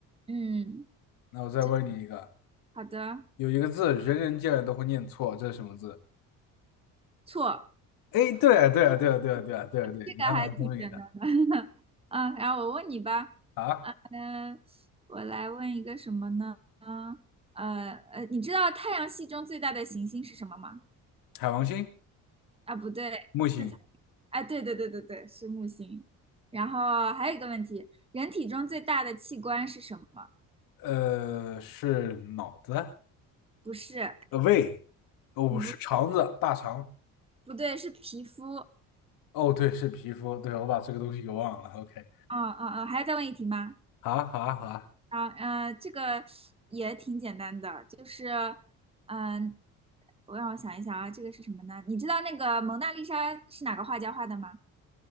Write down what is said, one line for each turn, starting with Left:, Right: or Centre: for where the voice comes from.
Right: 嗯，
Left: 那我再问你一个，
Right: <laughs> 这好的，
Left: 有一个字人人见了都会念错，这是什么字？
Right: 错。
Left: 哎，对啊，对啊，对啊，对啊，对啊，对啊，对啊，
Right: 这个还挺简单的。
Left: 你还蛮聪明的
Right: <laughs> 嗯，然后我问你吧，
Left: 啊。
Right: 嗯、我来问一个什么呢？呃呃，你知道太阳系中最大的行星是什么吗？
Left: 海王星、
Right: 啊，不对，
Left: 木星，
Right: 这才，哎，对对对对对，是木星。然后还有一个问题，人体中最大的器官是什么？
Left: 呃，是脑子，
Right: 不是，
Left: 呃，胃，哦，不是肠子，
Right: 不，
Left: 大肠，
Right: 不对，是皮肤。
Left: 哦，对，是皮肤，对，我把这个东西给忘了。OK，
Right: 啊啊啊，还要再问一题吗？
Left: 好啊，好啊，好啊，
Right: 啊，呃，这个也挺简单的，就是，嗯、我让我想一想啊，这个是什么呢？你知道那个蒙娜丽莎是哪个画家画的吗？